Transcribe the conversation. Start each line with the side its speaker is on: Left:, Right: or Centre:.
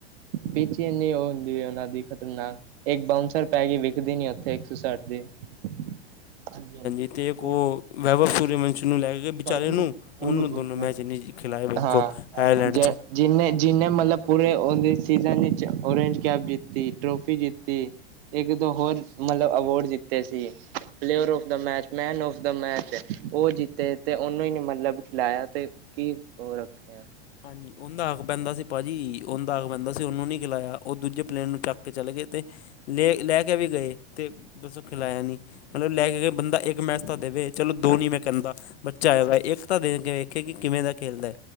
Right: ਪਿੱਚ ਈ ਇਨੀ ਓ ਹੁੰਦੀ ਏ ਓਨਾਂ ਦੀ ਖ਼ਤਰਨਾਕ। ਏੱਕ ਬਾਊਂਂਸਰ ਪੈ ਗੀ ਵਿਖਦੀ ਨੀ ਓਥੇ, ਇੱਕ ਸੌ ਸੱਠ ਦੇ। ਹਾਂਜੀ- ਹਾਂਜੀ।
Left: ਅਤੇ
Right: ਜੇ
Left: ਇੱਕ
Right: ਓ
Left: ਉਹ ਵੈਭਵ ਸੂਰਯਵੰਸ਼ੀ ਨੂੰ ਲੈ ਕੇ ਵਿਚਾਰੇ
Right: <unintelligible>
Left: ਨੂੰ ਉਹਨੂੰ
Right: ਓਨੂੰ ਦੋਨੋਂ ਮੈ
Left: ਮੈਚ
Right: ਦੇ
Left: ਨਹੀਂ ਖਿਲਾਏ ਵੇਖੋ
Right: ਹਾਂ।
Left: ਆਇਰਲੈਂਡ
Right: ਜੈ
Left: 'ਚ
Right: ਜਿਨੇ -ਜਿਨੇ ਮਤਲਬ ਪੂਰੇ ਓੰਦੇ ਸੀਜ਼ਨ ਇਚ ਓਰੇਂਜ ਕੈਬ ਜਿੱਤੀ, ਟਰੋਫੀ ਜਿੱਤੀ। ਇੱਕ- ਦੋ ਹੋਰ ਮਤਲਬ ਅਵੋਰਡ ਜਿੱਤੇ ਸੀ। Player of the match man of the match, ਓ ਜਿੱਤੇ ਤੇ ਓਨੂੰ ਹੀ ਨੀ ਮਤਲਬ ਖਿਲਾਯਾ ਤੇ ਕੀ ਓਹ ਰੱਖੇਗਾ।
Left: ਹਾਂਜੀ, ਓੰਦਾ ਹੱਕ ਪੈਂਦਾ ਸੀ ਭਾਜੀ, ਓੰਦਾ ਹੱਕ ਪੈਂਦਾ ਸੀ ਓਨੂੰ ਨੀ ਖਿਲਾਯਾ। ਓ ਦੂਜੇ ਪਲੇਅਰ ਨੂੰ ਚੱਕ ਕੇ ਚਲੇ ਗਏ ਤੇ ਲੇ ਲੈ ਕੇ ਵੀ ਗਏ ਤੇ ਦੱਸੋ ਖਿਲਾਯਾ ਨੀ। ਮਤਲਬ ਲੈ ਕੇ ਗਏ, ਬੰਦਾ ਇੱਕ ਮੈਸ ਤਾਂ ਦੇਵੇ, ਚਲੋ ਦੋ ਨੀ ਮੈਂ ਕੈੰਦਾ। ਬੱਚਾ ਆਯਾ ਵਾ ਇੱਕ ਤਾਂ ਦੇ ਕੇ ਵੇਖੇ ਕਿ ਕਿਵੇਂ ਦਾ ਖੇਲਦਾ।